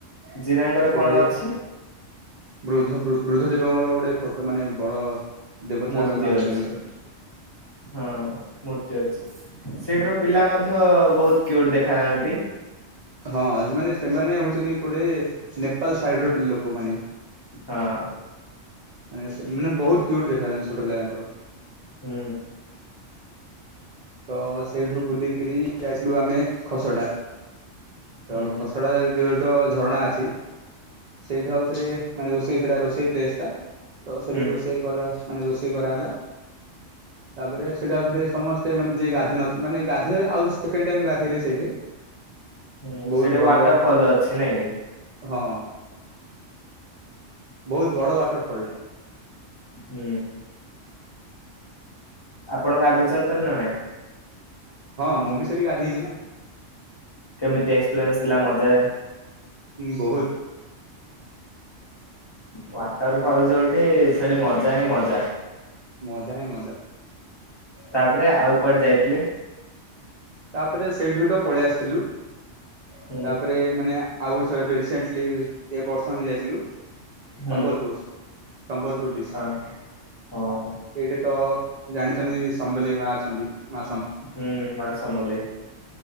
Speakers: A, on the left; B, on the right.
A: ଜିରାଙ୍ଗରେ
B: ସେଠି
A: କଣ ଅଛି
B: ବୃଦ୍ଧ ବୃଦ୍ଧ ଦେବଙ୍କର ଗୋଟେ ଫୋଟୋ ମାନେ ବଡ ଦେବତା
A: ମୂର୍ତ୍ତି
B: ତାଙ୍କ ମାନତାଙ୍କ
A: ଅଛି।
B: ସେ
A: ହଁ ମୂର୍ତ୍ତି ଅଛି ସେଇଠି ର ପିଲା ମଧ୍ୟ ବହୁତ ଉଠ <unintelligible> ଦେଖା ଯାଆନ୍ତି
B: ହଁ ମାନେ ସେମାନେ ହଉଛନ୍ତି, ଗୋଟେ ନେପାଳ ସାଇଡ ର ପିଲା ଲୋକମାନେ
A: ହଁ
B: ମାନେ ବହୁତ କ୍ଵଉଟ ଦେଖାନ୍ତି ଛୋଟ ପିଲା ତାଙ୍କର
A: ହୁଁ
B: ତ ସେଇଠୁ ବୁଲିକରି ଯାଇଥିଲୁ ଆମେ ଖସ ଟା
A: ହୁଁ
B: ତ
A: ହୁଁ
B: ଖସଡା ତ ଝରଣା ଅଛି। ସେଇଠୁ ଆଉଥରେ ମାନେ, ରୋଷେଇ ସେଟା ରୋଷେଇ ପ୍ଲେସ୍ ଟା ତ ସେଠି
A: ହୁଁ
B: ରୋଷେଇ କର ମାନେ, ରୋଷେଇ କରାହେଲା, ତାପରେ ସେଟାଉରେ ସମସ୍ତ ସେ ଯିଏ ଗାଧୋଇ ନଥିଲେ ମାନେ, ଗାଧୋଇ ଆ ସେ ଟାଇ ଗାଧେଇଲେ ସେଇଠି
A: ହୁଁ
B: ବହୁତ
A: ସେଟା
B: ଭଲ
A: ୱାଟର ଫଲ ଅଛି ନାଇଁ କି?
B: ହଁ। ବହୁତ ବଡ ୱାଟରଫଲଟ।
A: ହୁଁ। ଆପଣ ଗାଧୋଇଛନ୍ତିନ ନା ନାଇଁ
B: ହଁ ମୁଁ ବି ସେଠି ଗାଧେଇଛି ନା
A: କେମିତି ଏକ୍ସପିରିଏନ୍ସ ଥିଲା ମଜା
B: ହଁ ବହୁତ
A: ୱାଟର ଫଲ ଯୋଉଠି ସେଠି ମଜା ହିଁ ମଜା
B: ମଜା ହଁ ମଜା।
A: ତାପରେ ଆଉ କୁଆଡେ ଯାଇଥିଲେ?
B: ତାପରେ ସେଇଠୁ ହ ତ ପଳେଇ ଆସିଥିଲୁ
A: ହୁଁ
B: ତାପରେ ମାନେ ଆଉ ଏବେ ରିସେଣ୍ଟଲି ଏ ବର୍ଷ ଯାଇଥିଲୁ,
A: ହୁଁ
B: ସମ୍ବଲପୁର ସମ୍ବଲପୁର ଡିଷ୍ଟ
A: ହଁ ହଁ
B: ସେଇଠି ତ ଜାଣିଛନ୍ତି, ସମ୍ବଲ ମା ଅଛନ୍ତି। ମା
A: ହୁଁ, ମା ସମଲେଇ।